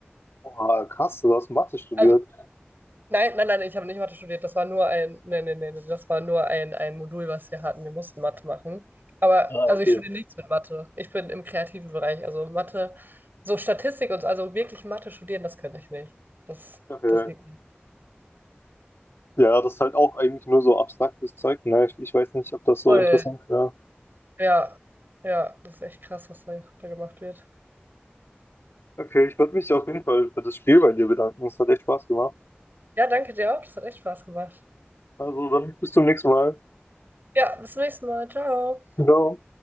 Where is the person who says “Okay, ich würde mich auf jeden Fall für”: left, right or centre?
Left